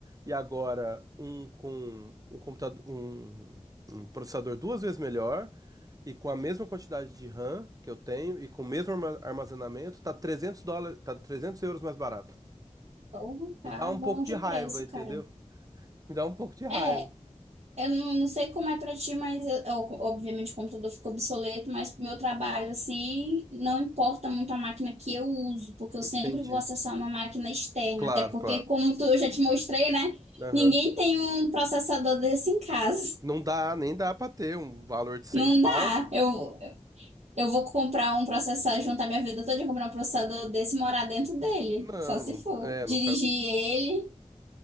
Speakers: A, on the right (about 30°); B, on the right (about 70°).
A: e agora um com um computador, um, um processador duas vezes melhor, e com a mesma quantidade de RAM que eu tenho, e com o mesmo arma- armazenamento, tá 300 dólares, tá 300 euros mais barato.
B: porra, tá
A: Me dá um
B: bom
A: pouco
B: de
A: de raiva,
B: preço,
A: entendeu?
B: cara.
A: Me dá um pouco de raiva.
B: É. Eu não, não sei como é pra ti, mas eu- eu- obviamente o computador ficou obsoleto, mas pro meu trabalho, assim, não importa muito a máquina que eu uso, porque eu
A: Entendi.
B: sempre vou acessar uma máquina externa,
A: Claro,
B: até porque,
A: claro.
B: como tu, eu já te mostrei, né?
A: Aham.
B: Ninguém tem um processador desse em casa.
A: Não dá, nem dá pra ter um valor de 100
B: Não dá.
A: pau.
B: Eu, eu vou comprar um processador, juntar minha vida toda e comprar um processador desse e morar dentro dele,
A: Não,
B: só se
A: não,
B: for
A: é,
B: dirigir
A: não foi.
B: ele.